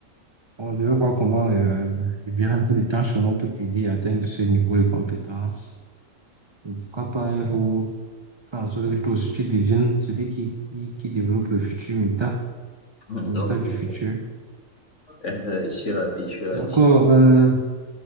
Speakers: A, on the right; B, on the left.
A: On devait voir comment euh, libérer un peu de temps chez moi pour t'aider à atteindre ce niveau de compétence. Et pourquoi pas un jour faire en sorte que toi aussi tu deviennes celui qui, qui, qui développe le futur, méta,
B: Mm,
A: le
B: Donc,
A: méta du
B: oui.
A: futur.
B: euh, je suis ravi, je suis ravi.
A: D'accord, euh,